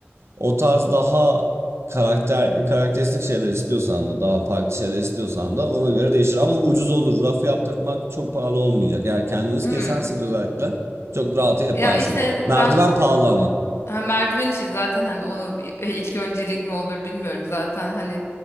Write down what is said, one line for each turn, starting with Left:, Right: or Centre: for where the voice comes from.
Right: o tarz daha karakter karakteristik şeyler istiyorsan da daha farklı şeyler istiyorsan da ona göre değişir. Ama ucuz olur. Rafı yaptırmak çok pahalı olmayacak. Eğer kendimiz
Left: Hmm.
Right: kesersek özellikle çok rahat yaparsın.
Left: Ya işte
Right: Merdiven
Left: ben
Right: pahalı ama.
Left: ha, merdiven işi zaten hani onu bir- e, ilk öncelik mi olur bilmiyorum zaten hani